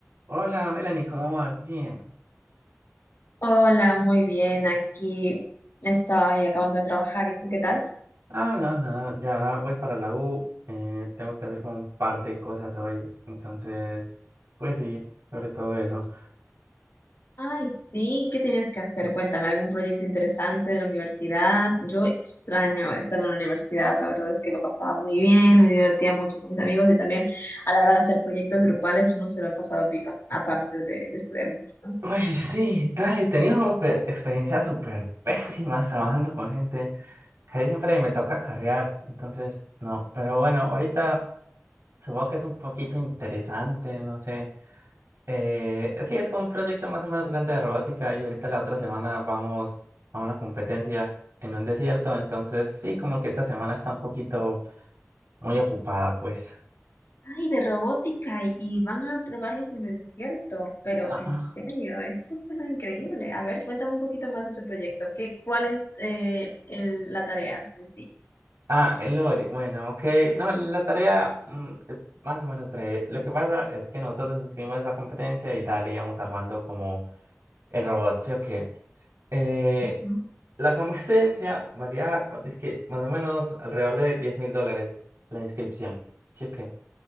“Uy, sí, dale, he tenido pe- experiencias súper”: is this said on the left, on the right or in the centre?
Right